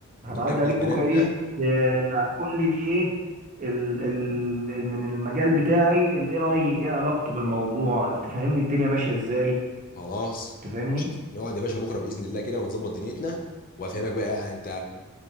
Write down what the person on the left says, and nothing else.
نكمل
كلامنا
خلاص
نقعد يا باشا بكره باذن الله كده ونظبط دنيتنا وافهمك بقى انت